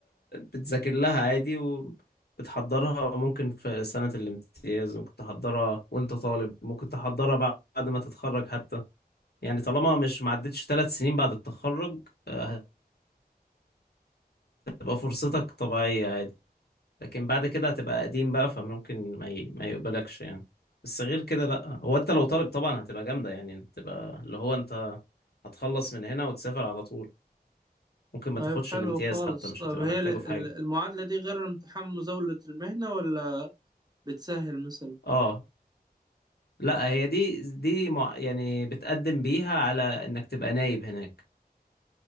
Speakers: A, on the left (about 75°); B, on the right (about 25°).
A: بتذاكر لها عادي وبتحضرها ممكن في سنة الامتياز ممكن تحضرها وانت طالب ممكن تحضرها بعد ما تتخرج حتى يعني طالما مش معدتش ثلاث سنين بعد التخرج آه، هتبقى فرصتك طبيعية عادي لكن بعد كده هتبقى قديم بقى فممكن ما, ي... ما يقبلكش يعني بس غير كده لأ هو انت لو طالب طبعا هتبقى جامدة يعني هتبقى اللي هو انت هتخلص من هنا وتسافر على طول ممكن ما
B: طيب
A: تاخدش
B: حلو
A: الامتياز
B: خالص
A: حتى مش
B: طب
A: هتبقى
B: هي
A: محتاجه
B: ال-
A: في
B: ال-
A: حاجة
B: المعادلة دي غير امتحان مزاولة المهنة ولا بتسهل مثلا
A: اه لا هي دي دي مع... يعني بتقدم بيها على انك تبقى نايب هناك